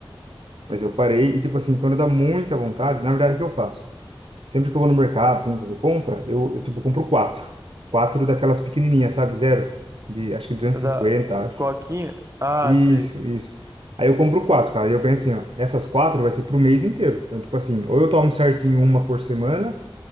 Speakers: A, on the right (about 85°); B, on the right (about 35°).
A: mas eu parei e tipo assim, quando dá muita vontade, na verdade o que eu faço? Sempre que eu vou no mercado, assim, fazer compra, eu, eu tipo compro quatro. Quatro daquelas pequenininhas, sabe? Zero, de acho que duzentos
B: Da
A: e cinquenta, acho.
B: coquinha? Ah,
A: Isso,
B: sei.
A: isso. Aí eu compro quatro, cara. E eu penso assim, ó, essas quatro vai ser pro mês inteiro. Então, tipo assim, ou eu tomo certinho uma por semana,